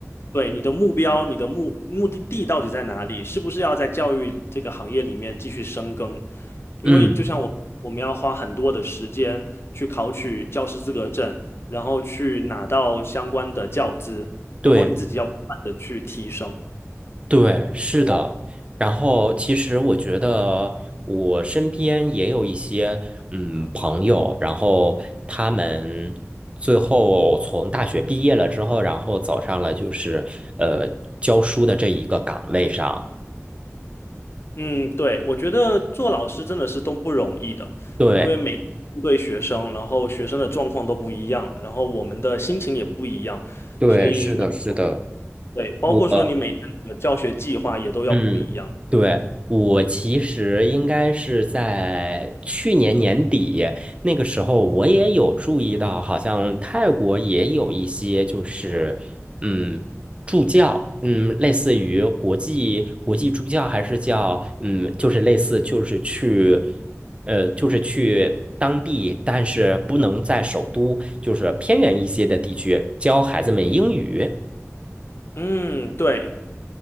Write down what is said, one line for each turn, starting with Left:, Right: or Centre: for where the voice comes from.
Left: 对你的目标、你的目目的地到底在哪里？是不是要在教育这个行业里面继续深耕？因为就像我，
Right: 嗯
Left: 我们要花很多的时间去考取教师资格证，然后去拿到相关的教资，
Right: 对。
Left: 然后你自己要不断的去提升。
Right: 对，是的。然后，其实我觉得我身边也有一些嗯朋友，然后他们最后从大学毕业了之后，然后走上了就是呃教书的这一个岗位上。
Left: 嗯，对，我觉得做老师真的是都不容易的，
Right: 对，
Left: 因为每对学生，然后学生的状况都不一样，然后我们的心情也不一样，
Right: 对，
Left: 所以每。
Right: 是的，是的，
Left: 对，包括说你每天的教学计划也都要不一样。
Right: 我。嗯，对，我其实应该是在去年年底那个时候，我也有注意到，好像泰国也有一些就是嗯助教，嗯，类似于国际国际助教，还是叫嗯，就是类似就是去呃，就是去当地，但是不能在首都，就是偏远一些的地区教孩子们英语。
Left: 嗯，对。